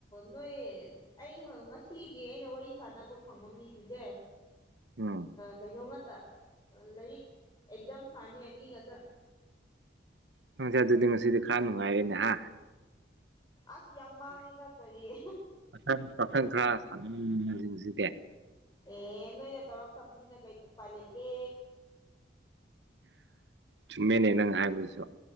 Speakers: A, on the left (about 25°); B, on the right (about 80°).
A: ꯅꯣꯏ ꯑꯩ ꯉꯁꯤꯒꯤ ꯑꯩꯅ ꯋꯥꯔꯤ ꯁꯥꯟꯅꯕ ꯐꯪꯕ ꯃꯤꯁꯤꯡꯁꯦ
B: ꯎꯝ
A: ꯀꯩꯅꯣ ꯉꯥꯛꯇ ꯂꯥꯏꯔꯤꯛ ꯑꯦꯛꯖꯥꯝ ꯊꯥꯅꯤ ꯃꯤ ꯉꯥꯛꯇ
B: ꯅꯪꯁꯦ ꯑꯗꯨꯗꯤ ꯉꯁꯤꯗꯤ ꯈꯔ ꯅꯨꯡꯉꯥꯏꯔꯦꯅꯦ ꯍꯥ
A: ꯑ ꯌꯥꯝ ꯃꯥꯡꯉꯦꯗꯥꯛ ꯀꯔꯤꯌꯦ
B: ꯄꯥꯈꯪ ꯄꯥꯈꯪ ꯈꯔ ꯁꯥꯟꯅꯃꯤꯟꯅꯁꯤꯡꯁꯤꯗꯤ
A: ꯑꯦ ꯅꯣꯏꯅ ꯇꯧꯔꯛꯇꯕꯅꯤꯅ ꯀꯩꯗꯧ ꯄꯅꯤꯒꯤ
B: ꯆꯨꯝꯃꯦꯅꯦ ꯅꯪ ꯍꯥꯏꯕꯗꯨꯁꯨ